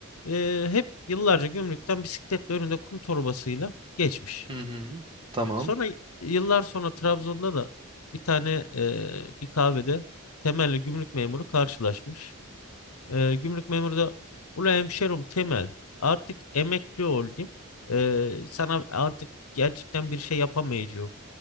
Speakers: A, on the left; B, on the right.
A: e, hep yıllarca gümrükten bisikletle önünde kum torbasıyla geçmiş.
B: Hı hı. Tamam.
A: Sonra yıllar sonra Trabzon'da da bir tane e, bir kahvede Temel'le gümrük memuru karşılaşmış. E, gümrük memuru da ula hemşerim Temel artık emekli oldum. E, sana artık gerçekten bir şey yapamayacağım.